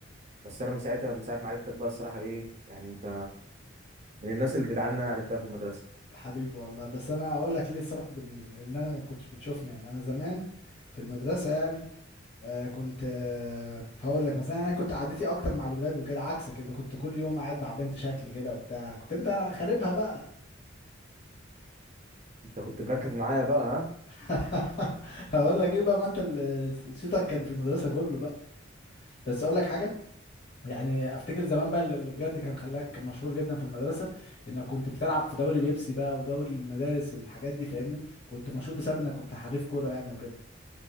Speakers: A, on the right (about 35°); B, on the left (about 50°).
A: بس انا من ساعتها من ساعه ما عرفتك بقى الصراحه ايه يعني انت من الناس الجدعان اللي انا عرفتها في المدرسه
B: حبيبي والله بس انا اقول لك ليه السبب ان إن انا ما كنتش بتشوفني يعني انا زمان في المدرسة يعني آه كنت آه هقول لك مثلا انا كنت قعدتي اكتر مع الولاد وكده عكسك انت كنت كل يوم قاعد مع بنت شكل كده وبتاع كنت انت خاربها بقى
A: انت كنت مركز معايا بقى ها
B: <laughs> هقول لك ايه بقى ما انت اللي صيتك كان في المدرسه كله بقى بس اقول لك حاجه يعني افتكر زمان بقى اللي اللي بجد كان خلاك مشهور جدا في المدرسه انك كنت بتلعب في دوري بيبسي بقى ودوري المدارس الحاجات دي فاهمني كنت مشهور بسبب انك كنت حريف كوره يعني وكده